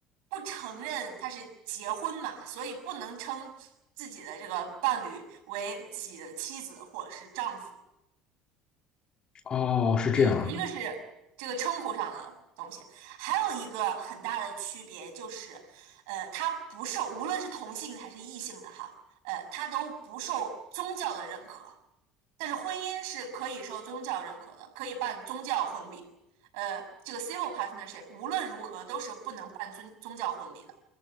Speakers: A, on the right (about 85°); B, on the left (about 40°).
A: 不承认他是结婚嘛，所以不能称自己的这个伴侣为自己的妻子或者是丈夫，
B: 哦，是这样。
A: 一一个是这个称呼上的东西，还有一个很大的区别就是，呃，他不受无论是同性还是异性的哈，呃，他都不受宗教的认可。但是婚姻是可以受宗教认可的，可以办宗教婚礼。呃，这个 civil partnership 无论如何都是不能办宗宗教婚礼的。